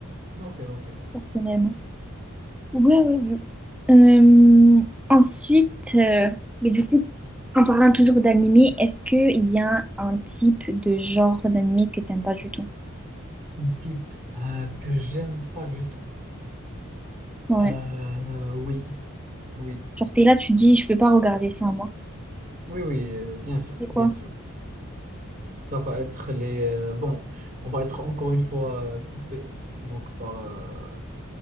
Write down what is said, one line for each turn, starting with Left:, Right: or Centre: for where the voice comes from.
Right: Ok, ok.
Centre: personnellement. Ouais, ouais, ouais. Euh, ensuite, euh, mais du coup, en parlant toujours d'animé, est-ce qu'il y a un type de genre d'animé que t'aimes pas du tout?
Right: Un type euh, que j'aime pas du tout.
Centre: Ouais.
Right: Euh, oui, oui,
Centre: Genre, t'es là, tu dis, je peux pas regarder ça, moi.
Right: oui, oui, euh, bien sûr,
Centre: C'est quoi?
Right: bien sûr. Ça va être les. euh, bon, on va être encore une fois euh, coupé donc par euh,